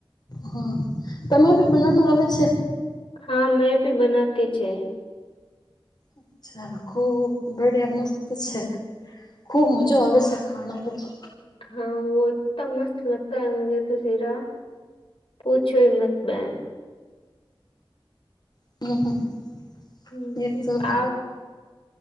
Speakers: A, on the left; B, on the left.
A: હા તમે ભી બનાવણ આવે છે.
B: હા મેં ભી બનાતી છે.
A: અચ્છા ખુબ બડિયા મસ્ત છે. ખુબ મજા આવે છે આ ખાણા પછી
B: હા વોતો મસ્ત લગતા હે મુજે તો સીરા પૂછો હિમતબન
A: <unintelligible>
B: હમ્મ
A: એ તો
B: આપ.